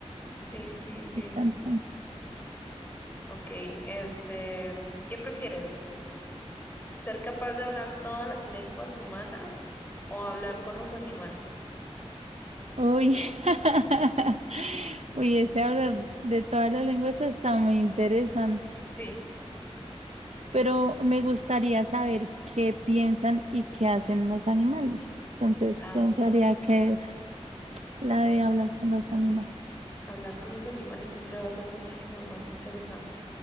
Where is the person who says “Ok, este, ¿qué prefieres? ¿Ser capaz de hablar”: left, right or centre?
Left